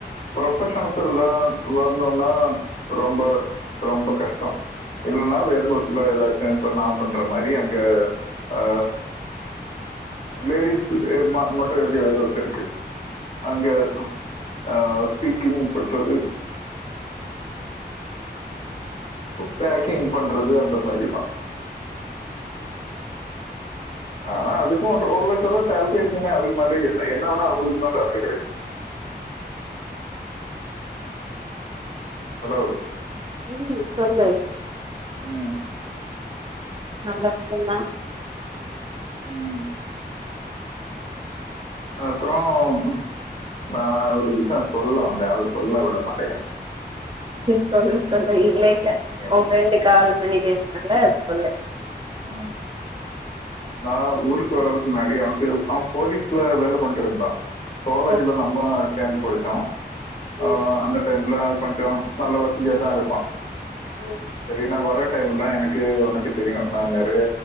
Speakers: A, on the left; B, on the right.
A: ப்ரொபஷனத்துல்லாம் வரணும்னா ரொம்ப ரொம்ப கஷ்டம் இல்லன்னா வேர்ஹவுஸ்ல ஏதாச்சும் இப்ப நா பண்ற மாதிரி அங்க அ லேடிஸ் ம மட்டும் இருக்க வேர் இருக்கு அங்க அ ஸ்பீக்கிங் பண்றது பேக்கிங் பண்றது அந்த மாரிதா ஆனா அதுக்கும் ஒரு லட்ச ரூபா சேல்ரி இருக்குமே அதுக்கு மேல என் என்ன விட அவுங்களுக்கு தா ஜாஸ்த்தி கிடைக்கு ஹலோ
B: ம் சொல்லு
A: ம்
B: நல்லாச் சொல்னா
A: ம் அப்றோம் நா ஒரு விஷயம் சொல்ல வந்தே அத சொல்ல விட மாட்
B: சொல்லு சொல்லு இல்ல இல்ல
A: பிரச்சனை வருது.
B: உன் ஃப்ரெண்ட்டு கால் பண்ணி பேசுறாங்க அது சொல்லு
A: ம் நா ஊருக்கு வர்றதுக்கு முன்னாடி அவனுக்கு அவன் போலீஸ்ல வேல பண்ட்டுருந்தா காலேஜ்ல
B: ஓ
A: நம்போ சேந்து படிச்சோம்
B: ம்
A: அ அந்த டைம்ல கொஞ்சம் நல்ல வசதியா தா இருப்பா
B: நீங்க
A: சரி நா வர டைம்ல எனக்கு ஒனக்கு தெரியு நா நெறைய